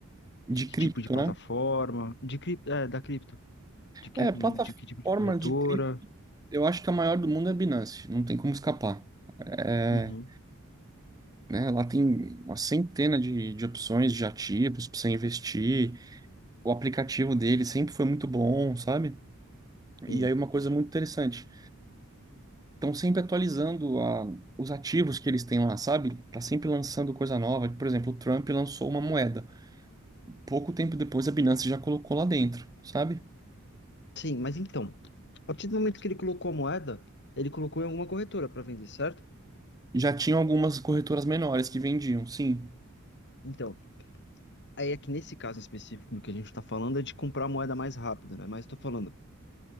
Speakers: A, on the right; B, on the left.
A: De
B: de que
A: cripto,
B: tipo de plataforma,
A: né?
B: de cripto, é, da cripto, de que,
A: É,
B: de
A: plataforma
B: que tipo de corretora.
A: de cripto, eu acho que a maior do mundo é a Binance, não tem como escapar. É,
B: Uhum,
A: né, lá tem uma centena de, de opções de ativos para você investir. O aplicativo dele sempre foi muito bom, sabe?
B: sim.
A: E aí uma coisa muito interessante. estão sempre atualizando a- os ativos que eles têm lá, sabe? Tá sempre lançando coisa nova. Por exemplo, o Trump lançou uma moeda. Pouco tempo depois, a Binance já colocou lá dentro, sabe?
B: Sim, mas então, a partir do momento que ele colocou a moeda, ele colocou em alguma corretora para vender, certo?
A: Já tinham algumas corretoras menores que vendiam, sim.
B: Então, aí é que nesse caso específico do que a gente está falando é de comprar a moeda mais rápida, né? Mas estou falando,